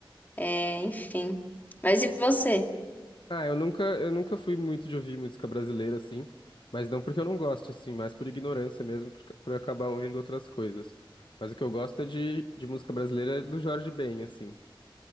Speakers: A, on the left; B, on the left.
A: É, Enfim. Mas e você?
B: Ah, eu nunca, eu nunca fui muito de ouvir música brasileira, assim, mas não porque eu não goste, assim, mas por ignorância mesmo, por, ca- por acabar ouvindo outras coisas. Mas o que eu gosto é de, de música brasileira do Jorge Ben, assim,